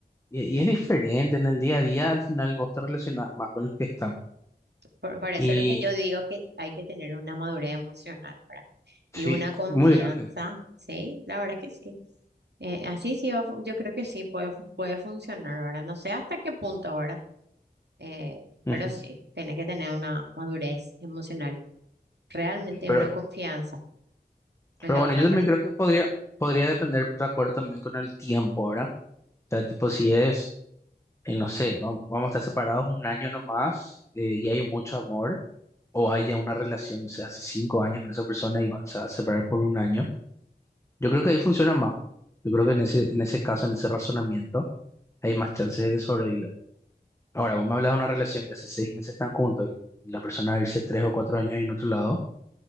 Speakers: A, on the left; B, on the right.
A: Y, y es diferente, en el día a día al final vos te relacionás más con los que están.
B: por, por eso
A: Y
B: lo que yo digo que hay que tener una madurez emocional, ¿verdad? Y
A: sí,
B: una confianza,
A: muy grande.
B: ¿sí? La verdad que sí. Eh, así sí va, a fu- yo creo que sí puede, fu- puede funcionar, ¿verdad? No sé hasta qué punto ahora, eh,
A: Ujú.
B: pero sí, tiene que tener una madurez emocional, realmente
A: Pero,
B: una confianza en
A: pero
B: la
A: bueno,
B: otra
A: yo también
B: persona.
A: creo que podría, podría depender, de acuerdo también con el tiempo, ¿verdad? O sea, tipo, si es, eh, no sé, vamos, vamos a estar separados un año nomás eh, y hay mucho amor, o hay ya una relación, o sea, hace cinco años con esa persona y van- se va a separar por un año, yo creo que ahí funciona más. Yo creo que en ese, en ese caso, en ese razonamiento. hay más chances de que sobreviva. Ahora, vos me hablas de una relación que hace seis meses están juntos y la persona va a irse tres o cuatro años en otro lado,